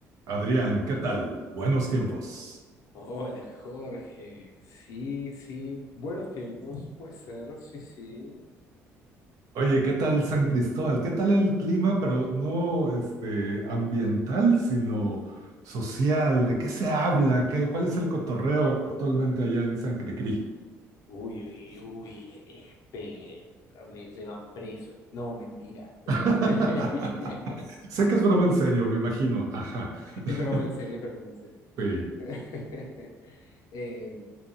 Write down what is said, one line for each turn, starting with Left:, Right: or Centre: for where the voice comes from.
Right: Adrián, ¿qué tal? Buenos tiempos.
Left: Hola Jorge, sí, sí, buenos tiempos, puede ser, sí, sí.
Right: Oye, ¿qué tal San Cristóbal? ¿Qué tal el clima, pero no este ambiental, sino social? ¿De qué se habla? ¿Qué, cuál es el cotorreo actualmente allá en San Cricri?
Left: Uy, uy, uy, e-, este, me llevan preso. No, mentira. Eh,
Right: <laughs>
Left: <laughs>
Right: Sé que es broma en serio, me imagino. Ajá. <laughs>
Left: Es broma en serio, es broma en serio.
Right: Sí,
Left: <laughs> Eh,